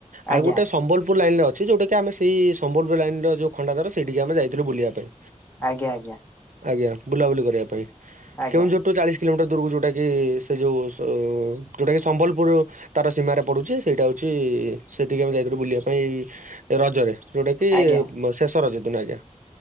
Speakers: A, on the right; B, on the left.
A: ଆଉ
B: ଆଜ୍ଞା
A: ଗୋଟେ ସମ୍ବଲପୁର ଲାଇନରେ ଅଛି, ଯୋଉଟା କି- ଆମେ ସେଇ ସମ୍ବଲପୁର ଲାଇନରେ ଯୋଉ ଖଣ୍ଡା ଦର ସେଇଠିକି ଆମେ ଯାଇଥିଲୁ ବୁିଲିବା ପାଇଁ
B: ଆଜ୍ଞା ଆଜ୍ଞା।
A: ଆଜ୍ଞା ବୁଲାବୁଲି କରିବା ପାଇଁ,
B: ଆଜ୍ଞା
A: କେଉଁଝର ଠୁ ଚାଳିଶ କିଲୋମିଟର ଦୂରକୁ ଯୋଉଟା କି ସେ ଯୋଉ ଯୋଉଟା କି ସମ୍ବଲପୁର ତାର ସୀମାରେ ପଡୁଛି ସେଇଟା ହଉଛି ଛି ସେତିକି ଆମେ ଯାଇଥିଲୁ ବୁଲିବା ପାଇଁ ରଜରେ ଯୋଉଟା କି
B: ଆଜ୍ଞା
A: ଶେଷ ରଜ ଦିନ ଆଜ୍ଞା।